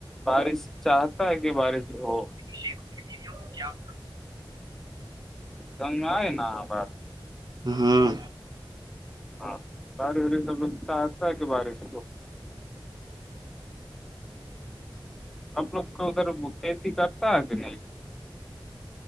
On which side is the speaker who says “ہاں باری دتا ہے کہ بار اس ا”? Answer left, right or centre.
Centre